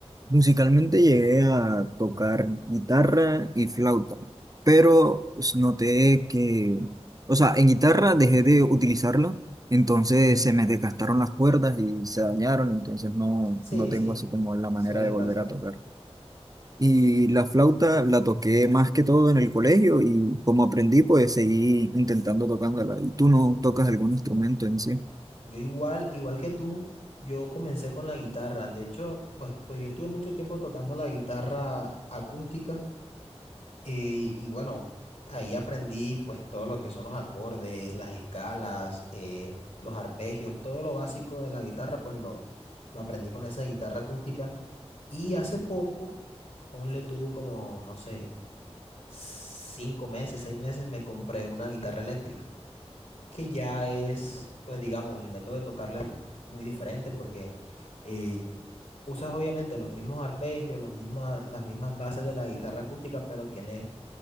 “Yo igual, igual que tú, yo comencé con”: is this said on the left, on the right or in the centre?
Left